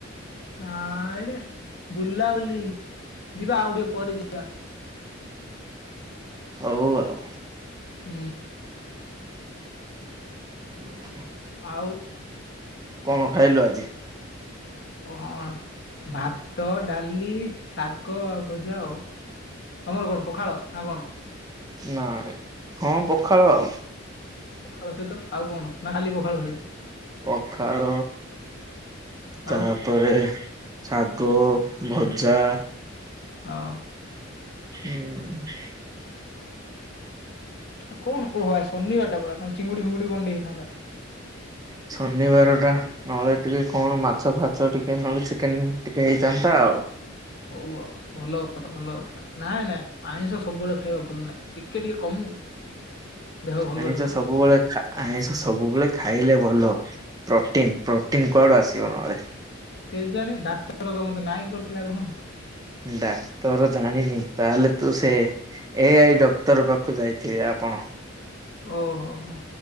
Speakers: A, on the left; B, on the right.
A: ନାଇରେ ବୁଲାଉଲି ଯିବା ଆଉ ଟିକେ ପରେ ଯିବା।
B: ହଉ ଆଉ।
A: ହୁଁ।
B: <inaudible>
A: ଆଉ।
B: କଣ ଖାଇଲୁ ଆଜି?
A: କଣ ଭାତ, ଡାଲି, ଶାଗ ଆଉ ଭଜା ଆଉ। ତମର କଣ ପଖାଳ ନା କଣ?
B: ନାଇଁ ହଁ ପଖାଳ ଆଉ।
A: ପଖାଳ ସହିତ ଆଉ କଣ ନା ଖାଲି ପଖାଳ ଖାଇଛ?
B: ପଖାଳ
A: ଆଉ
B: ତା ପରେ ଶାଗ ଭଜା।
A: ହଁ।
B: ହୁଁ <unintelligible>
A: ଆଉ କଣ ଓହୋ ଆଜି ଶନିବାରଟା ପରା ନହେଲେ ଚିଙ୍ଗୁଡି ଫିଙ୍ଗୁଡି କଣ ଟିକେ ହେଇଥାନ୍ତା।
B: ଶନିବାର ଟା। ନହେଲେ ଟିକେ କଣ ମାଛ ଫାଚ ଟିକେ ନହେଲେ ଚିକେନ ଟିକେ ହେଇଥାନ୍ତା ଆଉ।
A: ହଉ ଆଉ ଭଲ କଥା ଭଲ କଥା। ନାଇଁ ନାଇଁ ଆଇଁଷ ସବୁବେଳେ ଖାଇବା ଭଲ ନାହିଁ ଟିକେ ଟିକେ କମୁ। ଦେହ ଭଲ
B: ଆଇଁସ
A: ରହିବ
B: ସବୁବେଳେ ଆଇଁଷ ସବୁବେଳେ ଖାଇଲେ ଭଲ ପ୍ରୋଟିନ ପ୍ରୋଟିନ କୁଆଡୁ ଆସିବ ନହେଲେ।
A: କେଜାଣି ଡାକ୍ତର ତ ମତେ ନାଇଁଁ କରିଥିଲା କଣ।
B: ଡାକ୍ତର ଜାଣିନି ତାହେଲେ ତୁ ସେ ଏ ଆଇ ଡକ୍ଟର ପାଖକୁ ଯାଇଥିବେ ଆପଣ।
A: ଓହୋ ହୋ